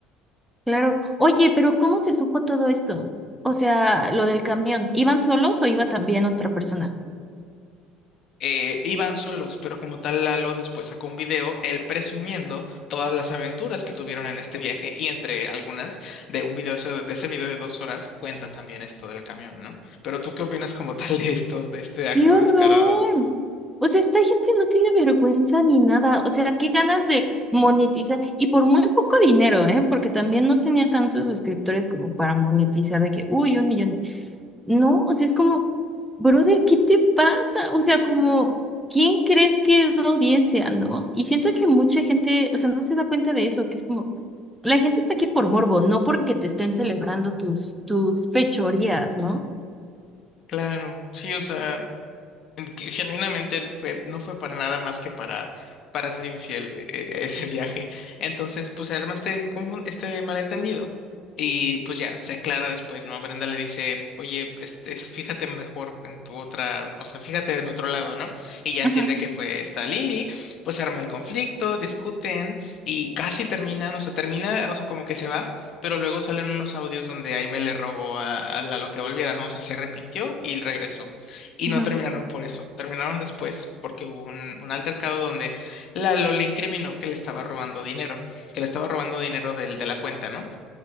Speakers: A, in the centre; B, on the left.
A: Claro. Oye, pero ¿cómo se supo todo esto? O sea, lo del camión, ¿iban solos o iba también otra persona?
B: eh, iban solos, pero como tal Lalo después sacó un video, él presumiendo todas las aventuras que tuvieron en este viaje y entre algunas de un video ese- de ese video de dos horas cuenta también esto del camión, ¿no? Pero tú qué opinas como tal de esto, de este acto
A: ¡Qué horror!
B: descarado?
A: O sea, esta gente no tiene vergüenza ni nada. O sea, qué ganas de monetizar. Y por muy poco dinero, ¿eh? Porque también no tenía tantos suscriptores como para monetizar de que, uy, un millón. No, o sea, es como, brother, ¿qué te pasa? O sea, como, ¿quién crees que es la audiencia, no? Y siento que mucha gente, o sea, no se da cuenta de eso, que es como, la gente está aquí por morbo, no porque te estén celebrando tus, tus fechorías, ¿no?
B: Claro, sí, o sea. que Genuinamente fue, no fue para nada más que para, para ser infiel eh, eh, ese viaje. Entonces, pues se arma este, confun- este malentendido y pues ya se aclara después, ¿no? Brenda le dice, oye, este, es- fíjate mejor en tu otra, o sea, fíjate en otro lado, ¿no? Y ya entiende
A: Ujú,
B: que fue esta Lily, pues se arma el conflicto, discuten y casi terminan, o sea, termina, o sea, como que se va, pero luego salen unos audios donde Aime le rogó a, a Lalo que volviera, ¿no? O sea, se arrepintió y regresó. Y
A: ujú,
B: no terminaron por eso, terminaron después porque hubo un, un altercado donde Lalo le incriminó que le estaba robando dinero, que le estaba robando dinero del, de la cuenta, ¿no?